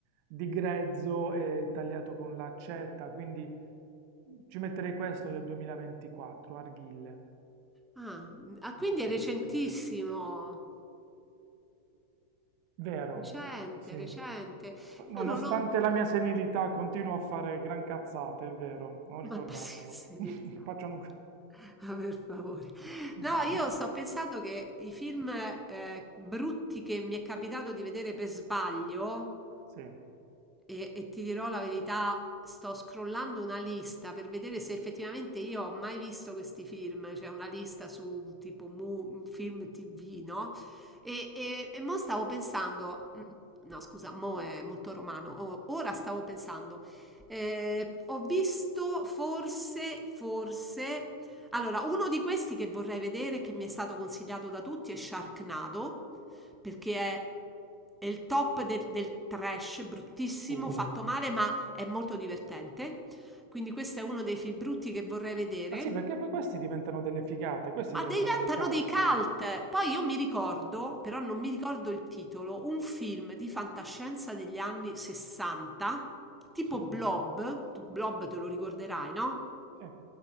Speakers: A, on the right; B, in the centre.
A: di grezzo e tagliato con l'accetta, quindi ci metterei questo del 2024, Arghille.
B: Ah, ah, quindi
A: La superspia.
B: è recentissimo.
A: Vero,
B: Recente,
A: sì.
B: recente.
A: F- Nonostante
B: Io non ho...
A: la mia senilità, continuo a fare gran cazzate, è vero, non
B: Ma
A: ricordarmelo.
B: <laughs> sì, serenità,
A: <laughs> Faccio
B: vabbè.
A: un...
B: Ah, per favore.
A: <laughs>
B: No, io sto pensando che i film eh, brutti che mi è capitato di vedere per sbaglio,
A: Sì.
B: E, e ti dirò la verità, sto scrollando una lista per vedere se effettivamente io ho mai visto questi film, c'è una lista su tipo mu- film TV, no? E, e, e mo stavo pensando, no scusa, mo è molto romano, O- ora stavo pensando, eh, ho visto forse, forse, allora uno di questi che vorrei vedere, che mi è stato consigliato da tutti, è Sharknado perché è, è il top del, del trash, bruttissimo,
A: Oh.
B: fatto male, ma è molto divertente. Quindi questo è uno dei film brutti che vorrei vedere.
A: Ma sì, perché poi questi diventano delle figate, questi
B: Ma
A: diventano
B: diventano
A: dei cult
B: dei cult.
A: poi.
B: Poi io mi ricordo, però non mi ricordo il titolo, un film di fantascienza degli anni 60, tipo
A: Sì.
B: Blob, tu Blob te lo ricorderai, no?
A: Sì,